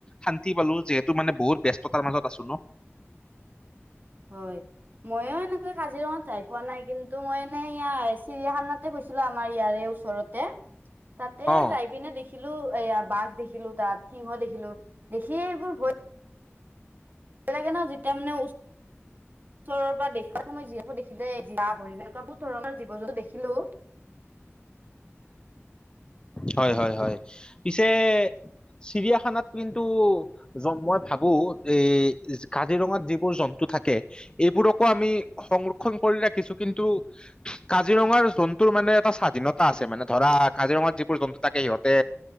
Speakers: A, on the left (about 20°); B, on the right (about 45°).
A: শান্তি পালো যিহেতু মানে বহুত ব্যস্ততাৰ মাজত আছো ন।
B: হয় মইয়ো এনেকৈ কাজিৰঙাত যাই পোৱা নাই কিন্তু মই এনেই ইয়াৰ চিৰিয়াখানাতে গৈছিলো আমাৰ ইয়াৰে ওচ ওচৰতে তাতে
A: অ
B: যাই পিনে দেখিলো এয়া বাঘ দেখিলো তাত সিংহ দেখিলো দেখিয়ে এইবোৰ ভয় ভয় লাগে ন যেতিয়া মানে ওচৰৰ পৰা দেখো মই জিৰাফো দেখিলে জিৰাফ হৰি তেনেকুৱা বহুত ধৰণৰ জীৱ জন্তু দেখিলো
A: হয় হয় হয় পিছে চিৰিয়াখানাত কিন্তু য'ত মই ভাবো এই কাজিৰঙাত যিবোৰ জন্তু থাকে এইবোৰকো আমি সংৰক্ষণ কৰি ৰাখিছো কিন্তু কাজিৰঙাৰ জন্তুৰ মানে এটা স্বাধীনতা আছে মানে ধৰা কাজিৰঙা যি যিবোৰ জন্তু থাকে সিহঁতে